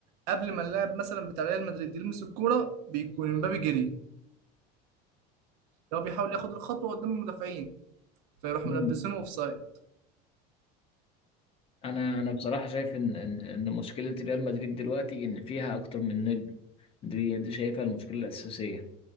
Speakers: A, on the right (about 85°); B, on the left (about 30°).
A: قبل ما اللاعب مثلا بتاع ريال مدريد يلمس الكوره بيكون امبابي جري لو بيحاول ياخد الخطوه قدام المدافعين فيروح
B: مم.
A: ملبسينه اوف سايد
B: انا انا بصراحة شايف ان ان إن مشكلة ريال مدريد دلوقتي ان فيها اكتر من نجم دي دي شايفها المشكلة الأساسية